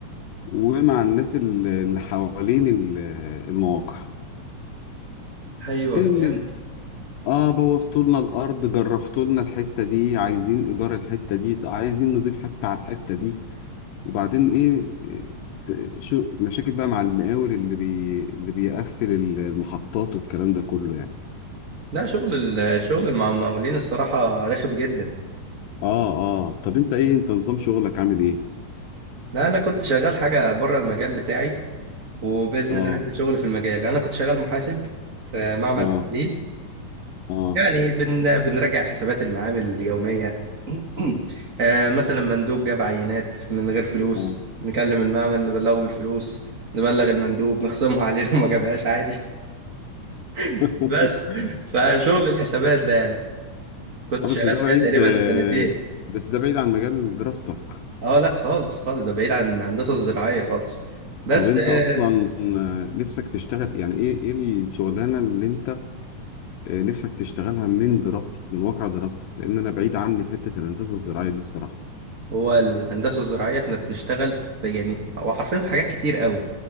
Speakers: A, on the left; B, on the right.
A: ومع الناس اللي اللي حوالين ال- المواقع
B: ايوه
A: اللي
B: فهمت
A: اه بوظتوا لنا الأرض جرفتوا لنا الحتة دي عايزين إيجار الحتة دي عايزين نضيف حتة على الحتة دي وبعدين إيه إيه، ت- شو مشاكل بقى مع المقاول اللي بي اللي بيقفل المحطات والكلام ده كله يعني
B: لا شغل الشغل مع المقاولين الصراحه رخم جدا
A: اه اه طب انت ايه انت نظام شغلك عامل ايه
B: لا انا كنت شغال حاجه بره المجال بتاعي وباذن
A: اه
B: الله هنزل شغل في المجال انا كنت شغال محاسب في معمل
A: اه
B: تحليل
A: اه
B: يعني بن بنراجع حسابات المعامل اليومية <clears throat> آه، مثلا مندوب جاب عينات من غير فلوس
A: اه
B: نكلم المعمل نبلغه بالفلوس نبلغ المندوب نخصمها عليه لو ما جابهاش عادي <laughs>
A: <laughs>
B: بس فشغل الحسابات ده يعني كنت
A: آه،
B: شغال
A: بس ده بعيد
B: فيها تقريبا
A: آه،
B: سنتين
A: بس ده بعيد عن مجال دراستك
B: اه لا خالص خالص ده بعيد عن الهندسة الزراعية خالص بس
A: طب انت
B: آه،
A: اصلا آه، نفسك تشتغل يعني ايه ايه الشغلانه اللي انت آه، نفسك تشتغلها من دراستك من واقع دراستك لان انا بعيد عني حته الهندسه الزراعيه دي الصراحه
B: هو الهندسة الزراعية احنا بنشتغل في يعني هو حرفيا في حاجات كتير قوي